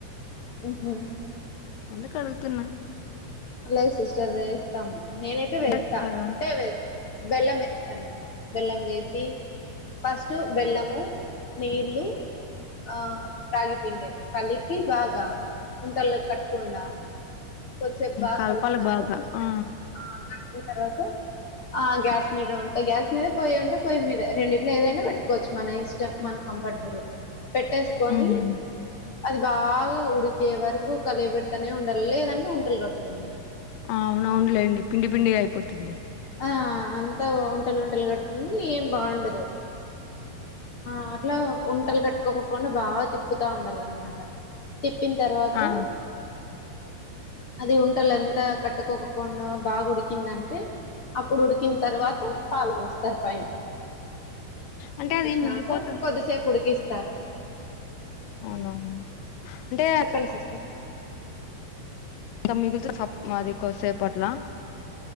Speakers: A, on the left; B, on the left.
A: ఉహు
B: అందుకు అడుగుతున్న
A: అలా సిస్టర్ వేస్తాం నేనైతే వేస్తా
B: బస్తారా
A: ఉంటే వేస్ బెల్లం వేస్తస్తాన నేను బెల్లం వేసి ఫస్ట్ బెల్లము నేళ్ళు ఆ రాగి పిండే కలిపి బాగా ఉండలు కట్టకుండా కొద్దిసేపు బాగా
B: కలపాలి
A: కలిపినక
B: బాగా
A: చూస్తారు
B: ఆ
A: ఆ కలిపిన తర్వాత ఆ గ్యాస్ మీద ఉంటాయి గ్యాస్ మీద పొయి ఉంటే పొయ్యి మీద రెండిట్లో ఏదైనా పెట్టుకోవచ్చు మన ఇష్టం మన కంఫర్టబుల్ పెట్టేసుకొని
B: ఉహు
A: అది బాగా ఉడికే వరకు కలి పెడతనే ఉండాలి లేదంటే ఉంటలు కట్టుంది
B: అవునవునులే అండి పిడి పిండి అయిపోతుంది
A: ఆ అంతా ఒంటలుంటలు కడుతుంది ఏం బాగుండదు ఆ అట్లా వంటలు కట్టుకోకుండా బాగా తిప్పుతా ఉండాల అనమాట తిప్పింతర్వాత
B: ఆ
A: అది ఉంటలు ఎంత కట్టుకోకుండా బాగా ఉడికిందంటే అప్పుడు ఉడికిన తర్వాత పాలు పోస్తరు పైన
B: అంటే అది మిగిలిపోతుంది
A: నాక కొద్దిసేపు ఉడికిస్తారు
B: అవునవును అంటే
A: ప్పండి సిస్టర్
B: ఇంకా మిగిలిత సబ్ మాది కొసేపట్లా